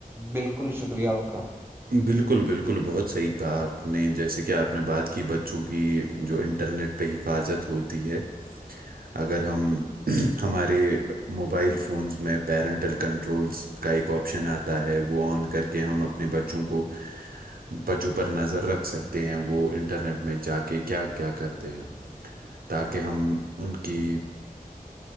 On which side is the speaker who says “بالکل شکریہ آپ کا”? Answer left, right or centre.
Right